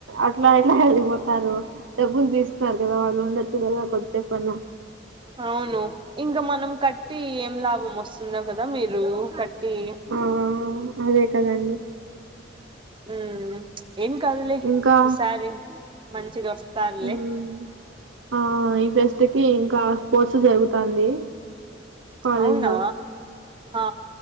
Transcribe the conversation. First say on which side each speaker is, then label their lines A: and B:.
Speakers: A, on the right (about 75°); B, on the right (about 25°).
A: అట్లా ఎందుకు ఎళ్ళిపో స్తారు డబ్బులు తీస్తున్నారు కదా వాళ్ళు ఉండొచ్చు కదా కొద్దిసేపు అన్న
B: అవును ఇంగ మనం కట్టి ఏం లాభం వస్తుందో కదా మీరు కట్ టి
A: ఆ! అదే కదండి
B: హ్మ్ ఏం కాదులే
A: ఇంకా
B: ఈసారి మంచింగా వస్తలే
A: మ్మ్ ఆ ఈ ఫెస్ట్ కి ఇంకా స్పోర్ట్స్ జరుగుతాంది కాలేజ్
B: అవునా ఆ